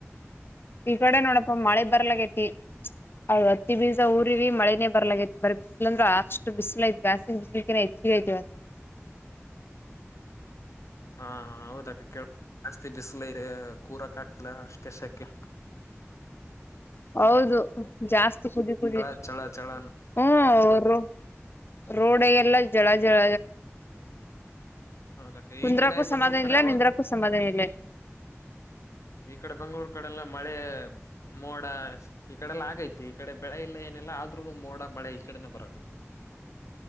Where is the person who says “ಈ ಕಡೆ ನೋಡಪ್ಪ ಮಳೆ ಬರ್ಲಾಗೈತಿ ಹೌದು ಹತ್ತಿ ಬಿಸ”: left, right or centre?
Left